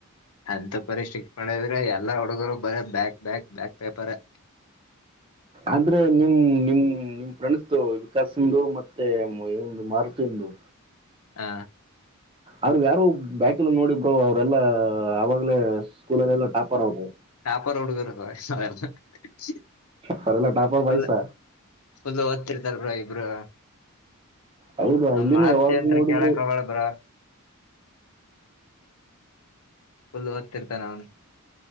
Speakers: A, on the left (about 80°); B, on the right (about 25°).
A: ಅಂತ ಪರಿ ಸ್ಟ್ರಿಕ್ಟ್ ಮಾಡಿದ್ರೆ ಎಲ್ಲಾ ಹುಡುಗ್ರು ಬರ ಬ್ಯಾಕ್ ಬ್ಯಾಕ್ ಬ್ಯಾಕ್ ಪೇಪರೇ.
B: ಅಂದ್ರೆ ನಿಮ್ ನಿಮ್ ನಿಮ್ ಫ್ರೆಂಡ್ಸ್ದು ವಿಕಾಸುಂದು ಮತ್ತೆ ಇವ್ನ್ಂದು ಮಾರುತಿಂದು
A: ಹಾ
B: ಅವ್ರ್ ಯಾರು ಬ್ಯಾಕಿಲ್ಲ ನೋಡಿ ಬ್ರೋ ಅವ್ರೆಲ್ಲ ಆವಾಗ್ಲೇ ಸ್ಕೂಲಲೆಲ್ಲ ಟಾಪರ್ ಅವ್ರು.
A: ಪರ್ ಹುಡುಗ್ರು ಅಷ್ಟ್ ಚೆನ್ನಾಗಿರುತ್
B: ಅವರೆಲ್ಲ ಟಾಪರ್
A: ಫುಲ್
B: ಬಾಯ್ಸ
A: ಫುಲ್ಲು ಓದ್ತಿರ್ತಾರ್ ಬಿಡೊ ಇಬ್ರು.
B: ಹೌದು
A: ಹಂಗ್
B: ಇಲ್ಲಿನೂ
A: ಮಾರ್ತಿ
B: ಯಾವಾಗ
A: ಅಂತ್ರಿ
B: ನೋಡಿದ್ರು
A: ಕೇಳಕ್ಕಾಗಲ್ಲ ಬ್ರೋ. ಫುಲ್ ಓದ್ತಿರ್ತಾನ ಅವನು.